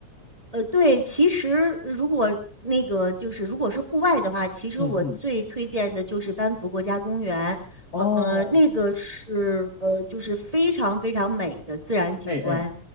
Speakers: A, on the right; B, on the left.
A: 呃，对，其实呃如果那个就是如果是户外的话，其实我最推荐的就是班夫国家公园，
B: 嗯嗯，哦，
A: 呃，那个是呃就是非常非常美的自然景观，
B: 哎哎。